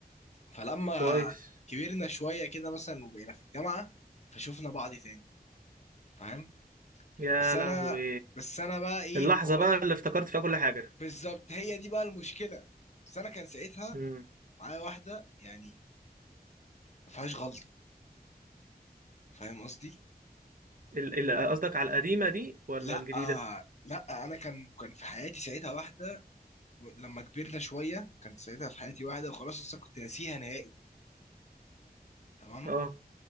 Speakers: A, on the left; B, on the right.
A: فلما
B: كويس
A: كبرنا شويه كده مثلا وبقينا في الجامعه فشوفنا بعض تاني فاهم
B: يا
A: بس انا
B: لهوي
A: بس انا بقى ايه
B: اللحظة
A: ما هو
B: بقى اللي افتكرت فيها كل حاجة
A: بالظبط هي دي بقى المشكله بس انا كان ساعتها
B: امم
A: معايا واحده يعني ما فيهاش غلطه فاهم قصدي
B: ال- ال- قصدك على القديمة دي ولا
A: لا
B: الجديدة؟
A: لا انا كان كان في حياتي ساعتها واحده و- لما كبرنا شويه كان ساعتها في حياتي واحده وخلاص اصلا كنت ناسيها نهائي تمام
B: اه